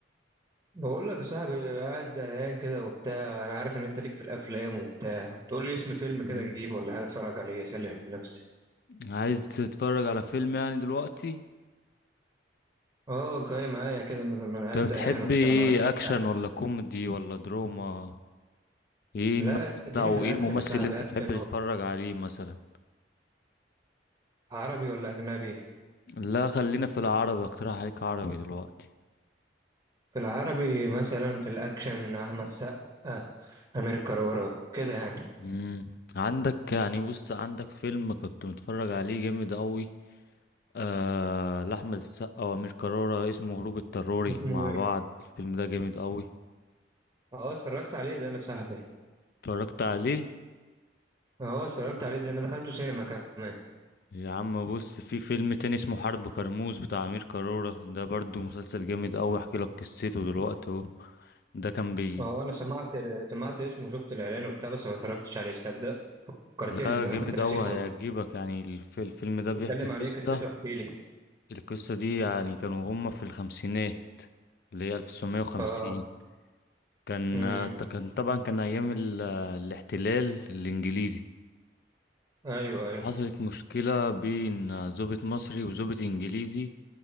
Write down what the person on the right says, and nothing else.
بقول لك يا صاحبي قاعد زهقان كده وبتاع انا عارف ان انت ليك في الافلام وبتاع تقول لي اسم فيلم
كده اجيبه ولا حاجه اتفرج عليه اسلي نفسي
اه جاي معايا كده بدل ما
انا قاعد
زهقان وبتاع
انا عارف ان
انت
لا
اديني
في الاكشن
يا صاحبي
اكشن
عربي ولا اجنبي
في العربي مثلا في الاكشن احمد سقا امير كرارة كده يعني
اسمه
ايه
اه اتفرجت عليه ده انا صاحبي
اه اتفرجت عليه ده انا دخلته سينما كمان
اه انا سمعت سمعت اسمه وشفت الاعلان وبتاع بس ما اتفرجتش عليه تصدق فكرتني
انت
انا كنت ناسيه
خالص
بيتكلم
عن ايه قصته احكي لي
اه
امم
ايوه ايوه